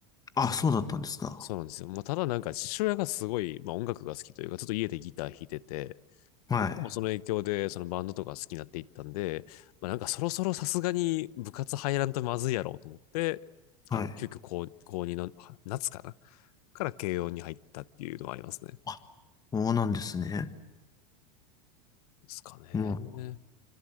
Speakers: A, on the left; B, on the left.
A: あ、そうだったんですか。
B: そうなんですよ。まあ、ただなんか父親がすごい、まあ、音楽が好きというか、ちょっと家でギター弾いてて、
A: はい。
B: で僕もその影響でそのバンドとか好きになっていったんで、まあ、なんかそろそろさすがに部活入らんとまずいやろうと思って、
A: はい。
B: あの、急遽高、高2のは夏かなから慶応に入ったっていうのはありますね。
A: あ、そうなんですね。
B: ですかね。
A: うん